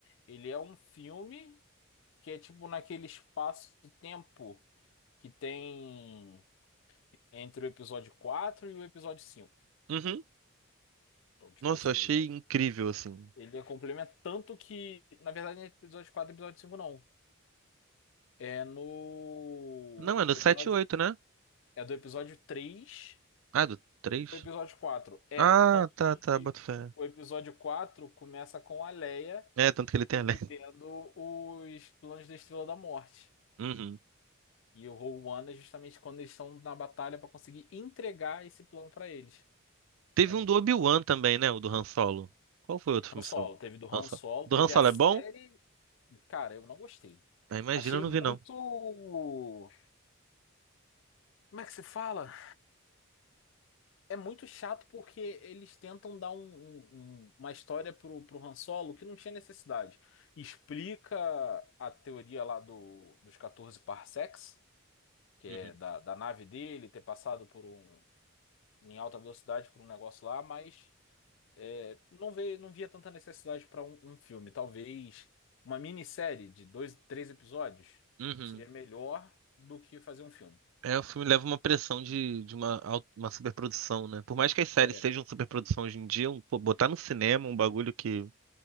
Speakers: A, on the left; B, on the right.
A: Ele é um filme que é tipo naquele espaço-tempo que tem entre o episódio 4 e o episódio 5.
B: Uhum.
A: Então, tipo
B: Nossa,
A: assim,
B: eu achei
A: ele,
B: incrível, assim.
A: ele é complemento tanto que, na verdade, não é episódio 4, e episódio 5 não. É no
B: Não, é do
A: episódio
B: 7 e 8, né?
A: é do episódio três
B: Ah, do 3.
A: o episódio 4. É,
B: Ah,
A: tanto
B: tá,
A: que
B: tá, boto fé.
A: o episódio 4 começa com a Leia
B: É, tanto que ele tem
A: obtendo
B: a lenda.
A: os planos da Estrela da Morte.
B: Uhum.
A: E o Rogue One é justamente quando eles estão na batalha para conseguir entregar esse plano para eles.
B: Teve
A: É
B: um do Obi-Wan também, né? O do Han Solo. Qual foi o outro filme
A: Han Solo,
B: solo?
A: teve do Han
B: Han Solo.
A: Solo,
B: Do
A: teve
B: Han Solo
A: a série.
B: é bom?
A: Cara, eu não gostei.
B: Ah, imagina,
A: Achei
B: eu não
A: muito.
B: vi, não.
A: Como é que se fala? É muito chato porque eles tentam dar um- um- um- uma história pro, pro Han Solo que não tinha necessidade. Explica a teoria lá do, dos 14 parsecs. que
B: Uhum.
A: é da, da nave dele ter passado por um em alta velocidade por um negócio lá, mas é, não vê, não via tanta necessidade para um, um filme. Talvez uma minissérie de dois, três episódios
B: Uhum.
A: seria melhor do que fazer um filme.
B: É, o filme leva uma pressão de, de uma, au- uma superprodução, né? Por mais que as séries
A: É,
B: sejam superprodução hoje em dia, um- pô, botar no cinema um bagulho que